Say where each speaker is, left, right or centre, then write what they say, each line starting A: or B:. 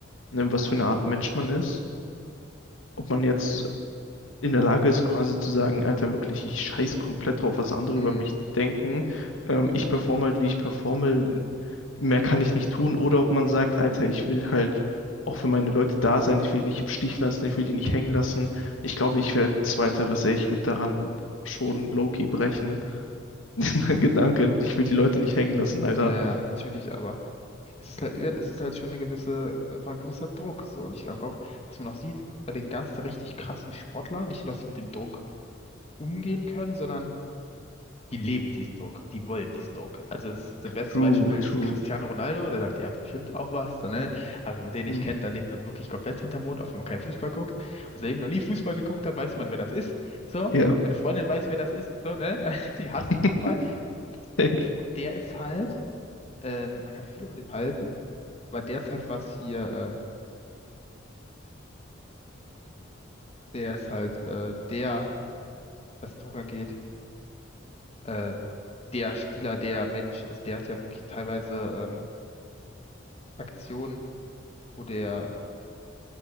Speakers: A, on the left (about 85°); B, on the left (about 30°).
A: ne, was für eine Art Mensch man ist. Ob man jetzt in der Lage ist, quasi zu sagen, Alter, wirklich, ich scheiß komplett drauf, was andere
B: Hm.
A: über mich denken. Ähm, ich performe
B: hm.
A: halt, wie ich performe, mehr kann ich nicht tun. Oder ob man sagt, Alter, ich will halt auch für meine Leute da sein, ich will die nicht im Stich lassen, ich will die nicht hängen lassen. Ich glaube, ich werde zweiteres, ey, ich würde daran schon low-key brechen. <laughs> Dieser Gedanke, ich will die Leute nicht hängen lassen, Alter.
B: Ja, ja, check ich aber. Es ist halt, ja, es ist halt schon eine gewisse, einfach ein gewisser Druck. So. Und ich glaube, was man auch sieht, bei den ganzen richtig krassen Sportlern, nicht nur, dass sie mit dem Druck umgehen können, sondern die leben diesen Druck, die wollen diesen Druck. Also das, das beste
A: True,
B: Beispiel ist
A: true.
B: Cristiano Ronaldo, der sagt ja bestimmt auch was, so, ne? Also wenn man den nicht
A: Mhm.
B: kennt, dann lebt man wirklich komplett hinterm Mond, auch wenn man keinen Fußball guckt. Also eben noch nie Fußball geguckt hat, weiß man, wer das ist. So,
A: Ja.
B: meine Freundin weiß, wer das ist, so, ne? <laughs> Die hasst
A: <laughs>
B: Fußball.
A: Safe.
B: Und der ist halt, ähm, man kann viel über dem halten, weil der ist halt was hier, ähm, der ist halt äh, der, was Druck angeht, äh, der Spieler, der Mensch, also der hat ja wirklich teilweise ähm, Aktionen, wo der